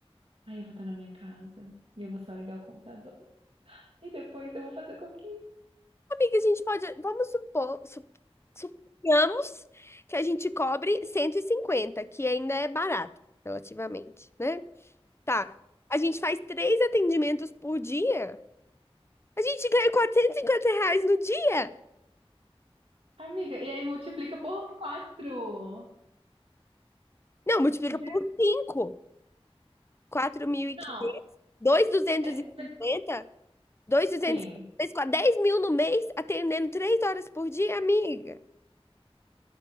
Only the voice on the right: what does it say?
ai, eu vou estar na minha casa e eu vou só ligar o computador. E depois eu vou fazer com que.
Amiga, e aí multiplica por quatro.
Já-
Não,
é
sim.